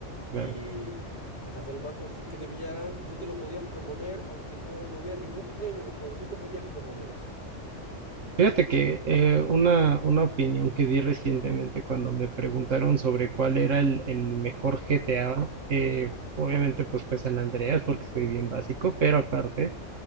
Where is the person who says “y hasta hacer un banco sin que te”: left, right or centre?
Left